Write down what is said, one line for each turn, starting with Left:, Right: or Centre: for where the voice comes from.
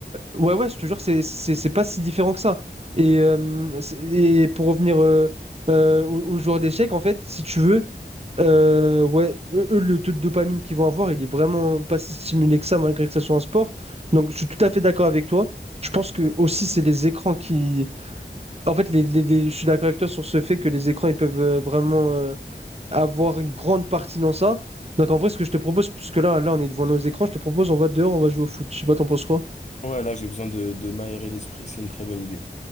Right: Ouais, ouais, je te jure, c'est c'est c'est pas si différent que ça. Et, euh, c'est- et pour revenir euh, euh, aux, aux joueurs d'échecs, en fait, si tu veux, euh, ouais, eux, eux, le taux de dopamine qu'ils vont avoir, il est vraiment pas si stimulé que ça, malgré que ça soit un sport. Donc, je suis tout à fait d'accord avec toi. Je pense que aussi, c'est les écrans qui. En fait, les, les- les- je suis d'accord avec toi sur ce fait que les écrans, ils peuvent euh, vraiment euh, avoir une grande partie dans ça. Donc, en vrai, ce que je te propose, puisque là, là, on est devant nos écrans, je te propose, on va dehors, on va jouer au foot. Je sais pas, t'en penses quoi?
Left: Ouais, là, j'ai besoin de, de m'aérer l'esprit, c'est une très bonne idée.